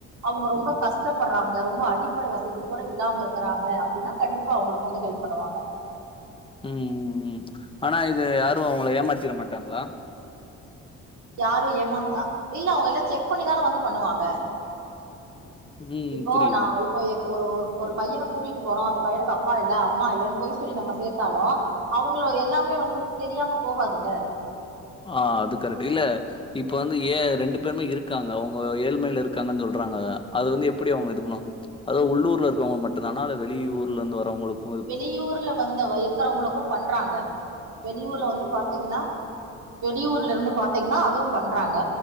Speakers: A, on the right; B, on the left.
A: அவுங்க ரொம்ப கஷ்டப்படுறாங்க ரொம்ப அடிப்பட வசதி கூட இல்லாம இருக்கறாங்க அப்டின்னா கண்டிப்பா அவங்களுக்கு வந்து ஹெல்ப் பண்ணுவாங்க
B: ம் ம் ம் ஆனா இது யாரு அவங்கள ஏமாத்திட மாட்டாங்களா
A: யாரு ஏமாத் அ இல்ல அவங்க எல்லா செக் பண்ணிதான வந்து பண்ணுவாங்க
B: ம்.
A: இப்போ
B: புரியுது.
A: நா இப்போ எப் ஒரு ஒரு ஒரு பையன கூட்டிகிட்டு போறோ அந்த பையனுக்கு அப்பா இல்ல அம்மா இல்லன்னு பொய் சொல்லி நம்ம சேத்தாலு அவுங்கள எல்லாமே வந்து தெரியாம போகாதுல்ல
B: ஆ அது கரெக்ட் இல்ல இப்ப வந்து ஏ ரெண்டு பேருமே இருக்காங்க அவங்க ஏழ்மையில இருக் காங்கன் சொல்றாங்க அது வந்து எப்டி அவங்க இது பண்ணுவாங் அது உள்ளூர்ல இருக்கவங்களுக் மட்டுந்தானா இல்ல வெளியூர்லருந்து வரவங்களுக்
A: வெளியூர்ல வந்த வ இருக்கறவங்களுக்கு பண்றாங்க வெளியூர்ல வந்து பாத்தீங்கனா வெடியூர்ல இருந்து பாத்தீங்கன்னா அதுவும் பண்றாங்க